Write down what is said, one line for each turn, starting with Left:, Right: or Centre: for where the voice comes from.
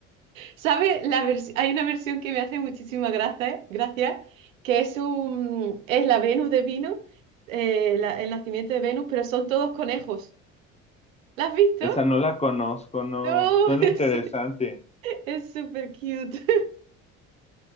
Right: ¿Sabe? La vers- Hay una versión que me hace muchísima gracia, gracia, que es un es la Venus de vino, eh, la- el nacimiento de Venus, pero son todos conejos. ¿La has visto?
Left: Esa no la conozco, no.
Right: No,
Left: Suena
Right: <laughs> es,
Left: interesante.
Right: es súper cute.